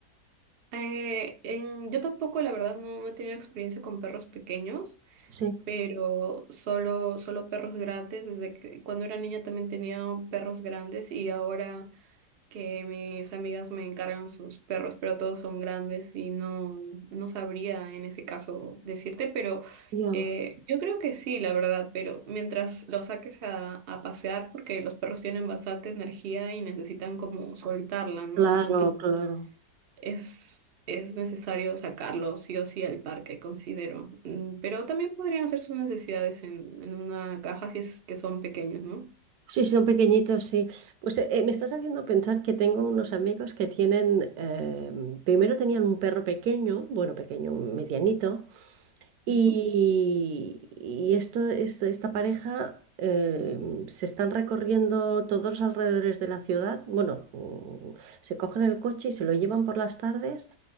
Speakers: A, on the right (about 90°); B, on the right (about 70°).
A: Eh, en- yo tampoco, la verdad, no, no he tenido experiencia con perros pequeños,
B: Sí.
A: pero solo, solo perros grandes. Desde que cuando era niña también tenía perros grandes y ahora que mis amigas me encargan sus perros, pero todos son grandes y no, no sabría en ese caso decirte, pero
B: Ya,
A: eh, yo creo que sí, la verdad, pero mientras los saques a, a pasear, porque los perros tienen bastante energía y necesitan como soltarla, ¿no?
B: Claro,
A: Entonces
B: claro.
A: es, es necesario sacarlo sí o sí al parque, considero. Mm, Pero también podrían hacer sus necesidades en, en una caja si es que son pequeños, ¿no?
B: Sí, sí, son pequeñitos, sí. Pues eh, me estás haciendo pensar que tengo unos amigos que tienen, eh, primero tenían un perro pequeño, bueno, pequeño, medianito,
A: Ujú.
B: Y, y esto, esto- esta pareja eh, se están recorriendo todos los alrededores de la ciudad. Bueno, mm, se cogen el coche y se lo llevan por las tardes